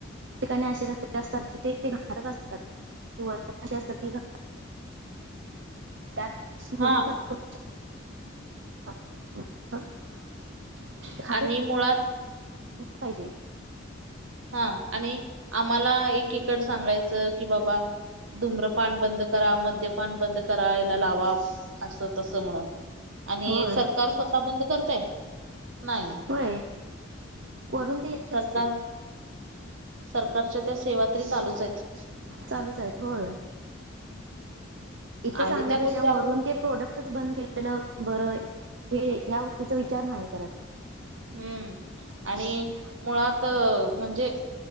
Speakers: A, on the right (about 65°); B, on the right (about 80°).
A: ठिकाणी अशी रस्ते असतं जिथे ते असतात असतात ती घ त्यात थोडी
B: हा
A: फ स्व <unintelligible> खा
B: आणि मुळात
A: पाहिजे <inaudible>
B: हा आणि आम्हाला एकीकड सांगायचं की बाबा धुम्रपन बंद करा मद्यपान बंद करा याला लावा असं तसं म्हणून आणि
A: होय
B: सरकार स्वतः बंद करतय. नाही
A: होय वरून ते येतेच
B: सरकार
A: की
B: सरकारच्या त्या सेवा तरी चालूच आहेत.
A: चालूच आहेत होय इथं
B: आहे
A: सांगण्यापेक्षा
B: त्या गोष्टी आपण
A: वरून ते प्रोडक्ट बंद केलेलं बरं हे या गोष्टीचा विचार नाही करत.
B: हम्म आणि मुळात म्हणजे